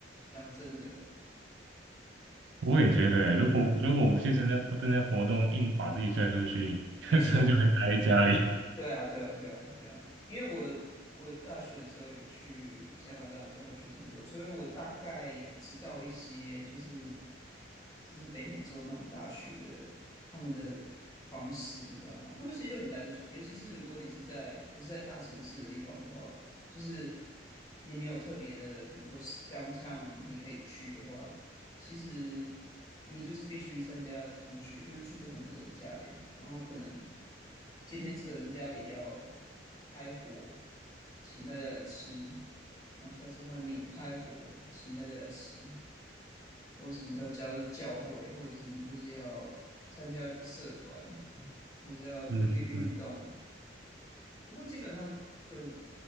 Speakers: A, on the left; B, on the right.
A: 讲真的，
B: 我也觉得欸，如果如果不去参加参加活动，
A: 对啊，
B: 硬把自己拽出去，<laughs> 真的就会待在家里。
A: 没错，对啊，对啊，对啊，对啊。因为我我大学的时候有去加拿大交换学生过，所以我大概知道一些，就是就是北美洲那种大学的他们的方式，你知道吗？他们其实就很单纯，尤其是如果你是在不是在大城市的地方的话，就是你没有特别的，比如说 downtown 你可以去的话。其实你就是必须参加同学，就是去不同的人家里，然后可能今天这个人家里要开火，请大家来吃，然后下次换你开火，请大家来吃，或是你就要加入教会，或者是你就是要参加一个社团，或是要一个运动。
B: <laughs> 嗯嗯，
A: 不过基本上就